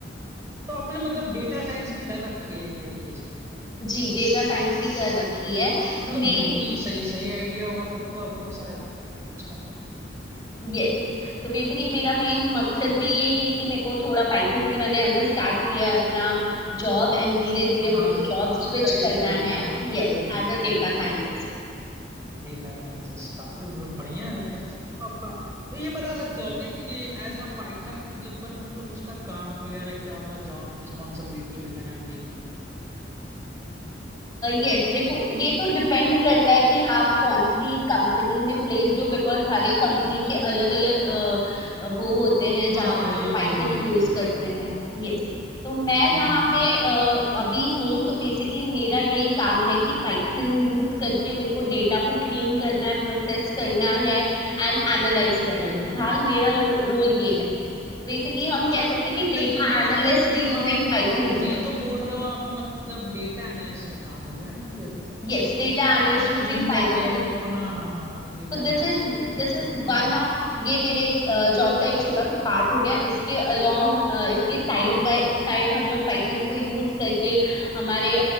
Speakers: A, on the right; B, on the left.
A: तो आपने मतलब डेटा साइंस भी कर रखी है एक तरीके से
B: जी डेटा साइंस भी कर रखी है
A: तो
B: तो
A: मतलब
B: मेन
A: बिल्कुल सही सही आइडिया होगा फिर तो आपको सारे सब कुछ का
B: यस तो बेसिकली मेरा मेन मकसद भी यही है कि मेरे को थोड़ा पाइथन से मैंने एज अ स्टार्ट किया है अपना जॉब एंड धीरे धीरे मेरे
A: हाँ
B: को जॉब स्विच
A: करियर
B: करना
A: करियर
B: है
A: हाँ बिल्कुल
B: Yes
A: बिल्कुल
B: as a data scientist
A: डेटा साइंसेस काफी मतलब बढ़िया है फिर तो आपका तो ये बता सकते हो आप क्या कि एज अ पाइथन डेवलपर मतलब उसका काम वगैरह क्या होता है जॉब रिस्पॉन्सिबिलिटी वगैरह डे-
B: Yes देखो ये तो डिपेंड करता है कि आप कौन सी कंपनी में प्लेस्ड हो बिकॉज हर एक कंपनी के अलग अलग वो होते हैं
A: हाँ
B: जहाँ
A: हाँ,
B: पे
A: ये
B: वो पाइथन
A: भी है ये भी
B: यूज
A: है
B: करते
A: हाँ
B: हैं यस तो मैं जहाँ
A: हम्म
B: पे अ, अभी हूँ तो बेसिकली मेरा यही काम है कि पाइथन यूज करके मेरे को डेटा को क्लीन करना है प्रोसेस करना है एंड एनालाइज
A: Okay
B: करना है
A: okay
B: फिलहाल
A: okay
B: मेरा रोल ये है बेसिकली हम कह सकते हैं कि डेटा
A: लाइक ये
B: एनालिस्ट
A: तो जो
B: यूजिंग
A: आप
B: पाइथन हो गया
A: ये तो बोल रहे हो आप मतलब डेटा एनालिस्ट का काम हो गया ना ये तो
B: Yes data analyst
A: ये आप
B: using
A: क्लीन
B: Python
A: कर रहे हो हाँ हाँ हाँ डेटा
B: तो
A: एनालिस्ट
B: दिस इज
A: यूजिंग पाइथन
B: दिस इज
A: हाँ
B: वन
A: हाँ।
B: ऑफ ये मेरे जॉब का एक छोटा सा पार्ट हो गया इसके अलोंग इसके साइड बाय साइड हम लोग पाइथन को यूज करके हमारे